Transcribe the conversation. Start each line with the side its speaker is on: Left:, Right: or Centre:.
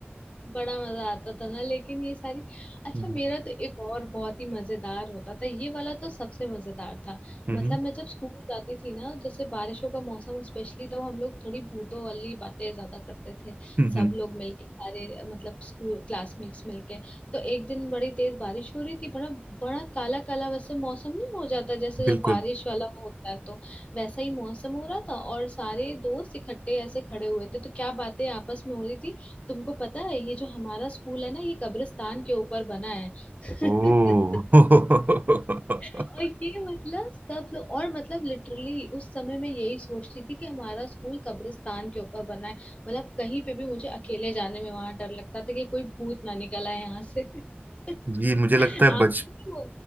Left: बड़ा मजा आता था ना लेकिन ये सारी अच्छा
Right: हम्म
Left: मेरा तो एक और बहुत ही मजेदार होता था ये वाला तो सबसे मजेदार था
Right: हम्म
Left: मतलब मैं जब स्कूल जाती थी ना जैसे बारिशों का मौसम स्पेशली तब हम लोग थोड़ी भूतों वाली बातें ज्यादा करते थे
Right: हम्म, हम्म,
Left: सब लोग मिलके सारे मतलब स्कूल क्लासमेट्स मिलके तो एक दिन बड़ी तेज बारिश हो रही थी बड़ा बड़ा काला काला वैसे मौसम नहीं हो जाता जैसे जब
Right: बिल्कुल
Left: बारिश वाला होता है तो वैसा ही मौसम हो रहा था और सारे दोस्त इकट्ठे ऐसे खड़े हुए थे तो क्या बातें आपस में हो रही थी तुमको पता है ये जो हमारा स्कूल है ना ये कब्रिस्तान के ऊपर बना है <laughs>
Right: ओह <laughs>
Left: और ये मतलब सब लोग और मतलब लिटरली उस समय मैं यही सोचती थी कि हमारा स्कूल कब्रिस्तान के ऊपर बना है मतलब कहीं पे भी मुझे अकेले जाने में वहां डर लगता था कि कोई भूत ना निकल आए यहाँ से <laughs> आप
Right: जी मुझे लगता है बच
Left: लोग भी वो